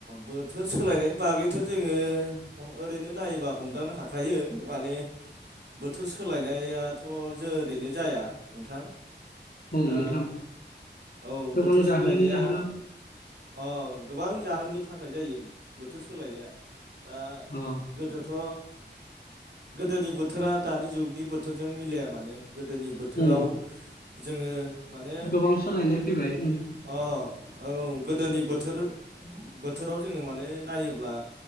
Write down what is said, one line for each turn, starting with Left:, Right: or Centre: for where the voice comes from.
Right: बोथोर सोलायनायनि बागैथ' जोङो ओरैनो नायोबा हमदांनो हाखायो माने बोथोर सोलायनायाथ' ज ओरैनो जाया नोंथां
Left: औ
Right: दा
Left: नोंथां
Right: औ
Left: गोबां
Right: बोथोर सोलायनाया
Left: जाहोननि जाहोनाव
Right: अ गोबां जाहोननि थाखाय जायो बोथोर सोलायनाया दा
Left: अ
Right: गोदोथ' गोदोनि बोथोरा दानि जुगनि बोथोरजों मिलाया माने गोदोनि बोथोराव
Left: उम
Right: जोङो माने
Left: गोबां सोलायनाय फैबाय
Right: अ औ गोदोनि बोथोर बोथोराव जोङो माने नायोब्ला